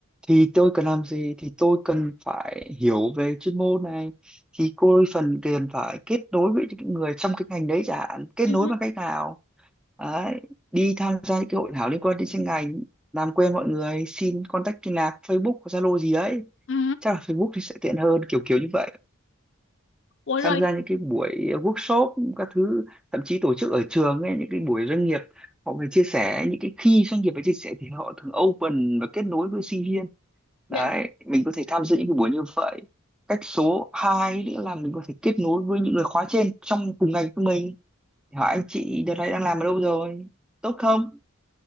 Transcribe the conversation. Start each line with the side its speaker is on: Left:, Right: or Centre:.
Centre: thì tôi cần làm gì thì tôi cần phải hiểu về chuyên môn này thì cô phần tiền phải kết nối với những người trong cái ngành đấy chẳng hạn kết
Left: ừ.
Centre: nối bằng cách nào đấy. đi tham gia những cái hội thảo liên quan đến chuyên ngành làm quen mọi người xin contact liên lạc Facebook Zalo gì đấy
Left: Ừ.
Centre: chắc là Facebook thì sẽ tiện hơn kiểu kiểu như vậy
Left: ủa rồi
Centre: tham gia những cái buổi workshop các thứ thậm chí tổ chức ở trường ấy những cái buổi doanh nghiệp họ về chia sẻ những cái khi doanh nghiệp về chia sẻ thì họ thường open và kết nối với sinh viên đấy
Left: dạ.
Centre: mình có thể tham dự những cái buổi như vậy cách số 2 nữa là mình có thể kết nối với những người khóa trên trong cùng ngành của mình hỏi anh chị đợt này đang làm ở đâu rồi tốt không